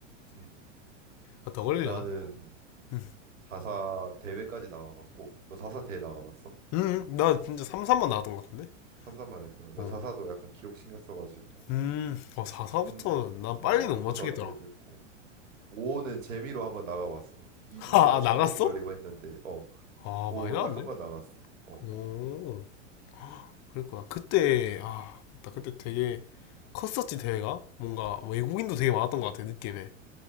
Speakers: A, on the right; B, on the left.
A: 음.
B: 아, 더 걸리려나?
A: 나는
B: 음,
A: 4사 대회까지 나가봤고, 너 4사 대회 나가봤어?
B: 음, 난 진짜 3, 4만 나왔던 것 같은데?
A: 3삼만 했구나. 나
B: 어.
A: 4사도 약간 기록 신경 써가지고
B: 음, 어, 4, 4부터는
A: 3,
B: 난 빨리
A: 어,
B: 못
A: 4사
B: 맞추겠더라.
A: 대회도 했고. 5는 재미로 한번 나가봤어.
B: <laughs>
A: 2분
B: 아,
A: 막
B: 나갔어?
A: 3분 걸리고 했는데, 어,
B: 아,
A: 5
B: 많이 나왔네.
A: 딱 한번 나갔어. 어,
B: 오. 그랬구나. 그때 아 맞다. 그때 되게 컸었지 대회가 뭔가 외국인도 되게 많았던 것 같아 느낌에.